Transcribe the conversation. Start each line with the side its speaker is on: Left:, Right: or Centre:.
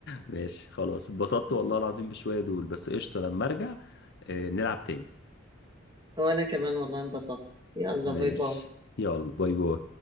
Left: ماشي خلاص اتبسطت
Right: <laughs>
Left: والله العظيم بشوية دول بس قشطة لما ارجع آه، نلعب تاني
Right: وانا كمان والله انبسطت يلا
Left: ماشي
Right: باي باي
Left: يلا باي باي